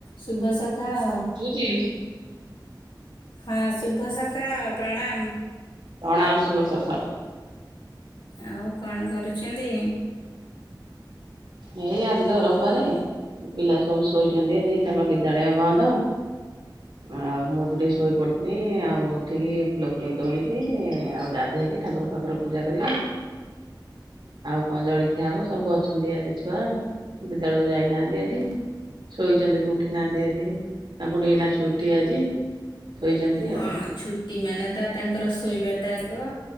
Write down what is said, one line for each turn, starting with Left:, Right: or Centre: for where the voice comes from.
Left: ଶୁଭସକାଳ।
Right: କି।
Left: ହଁ ଶୁଭ ସକାଳ ପ୍ରଣାମ୍।
Right: ପ୍ରଣାମ ଶୁଭ ସକାଳ।
Left: ଆଉ କଣ କରୁଛନ୍ତି?
Right: ଏଇ ଆଜି ତ ରବିବାରେ ପିଲା ସବୁ ଶୋଇଛନ୍ତି ଆଜି ତାଙ୍କ ବିଦ୍ୟାଳୟ ବନ୍ଦ। ଆଉ ମୁଁ ବି ଟିକେ ଶୋଇପଡ଼ିିଥିନି। ଆଉ ଉଠିକି ଫୁଲ ଫୁଲ ତୋଳିକି ଆଉ ଗାଧୋଇକି ଠାକୁର ଠାକୁର ପୂଜା କରିଆ। ଆଉ କଣ ଜଳିଖିଆ ହବ ସବୁ ଅଛନ୍ତି ଆଜି ଛୁ ଛୁଆ ବିଦ୍ୟାଳୟକୁ ଯାଇନାହାନ୍ତି ଆଜି। ଶୋଇଛନ୍ତି ବି ଉଠି ନାହାନ୍ତି ଆଜି ତାଙ୍କୁ ଟିକେ ଏନା ଛୁଟି ଆଜି। ଶୋଇଛନ୍ତି
Left: ହଁ
Right: ଆଉ
Left: ଛୁଟି ମାନେ ତ ତାଙ୍କର ଶୋଇବାଟା ଆଗ।